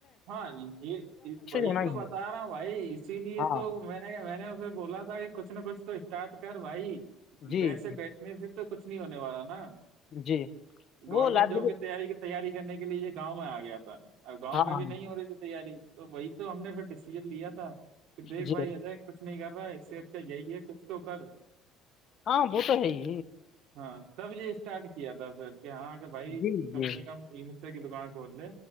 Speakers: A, on the right; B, on the left.
A: ہاں یہ وہی
B: ہونا ہی
A: تو بتا
B: ہے
A: رہا ہوں بھائی اسی لیے
B: ہاں
A: تو میں میں نے اسے بولا تھا کہ کچھ نہ کچھ تو اسٹارٹ کر بھائی
B: جی
A: ویسے
B: جی
A: بیٹھے <unintelligible> میں سے تو کچھ نہیں ہونے والا نا
B: جی
A: گورنمنٹ
B: وہ لائبریری
A: جاب کی تیاری کے <unintelligible> تیاری کرنے کے لیے یہ گاؤں میں آ گیا تھا اب گاؤں
B: ہاں
A: میں
B: ہاں
A: بھی <unintelligible> ہو رہی تھی تیاری تو وہی تو ہم نے پھر ڈیسیزن لیا تھا پھر دیکھ
B: جی
A: بھائی اجے <unintelligible> کچھ نہیں کر رہا ہے اس سے اچھا یہی ہے کچھ تو کر
B: ہاں بہ تو ہے گ
A: ہاں تب یہ اسٹارٹ کیا تھا پھر کہ ہاں کہ بھائی
B: جی
A: کم
B: جی
A: سے کم یہ مت کی دکان کو ہوودے